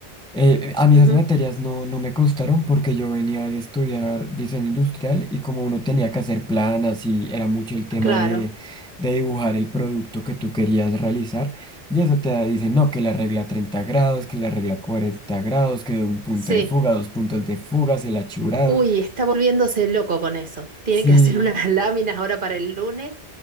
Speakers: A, in the centre; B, on the right.
A: eh, a mí
B: Ujú,
A: esas materias no, no me costaron porque yo venía de estudiar diseño industrial y como uno tenía que hacer planas y era mucho el tema
B: Claro,
A: de, de dibujar el producto que tú querías realizar y eso te da- dice, no, que la regla 30 grados, que la regla 40 grados, que un punto
B: sí.
A: de fuga, dos puntos de fuga, el achurado.
B: Uy, está volviéndose loco con eso. Tiene
A: Sí,
B: que hacer unas <laughs> láminas ahora para el lunes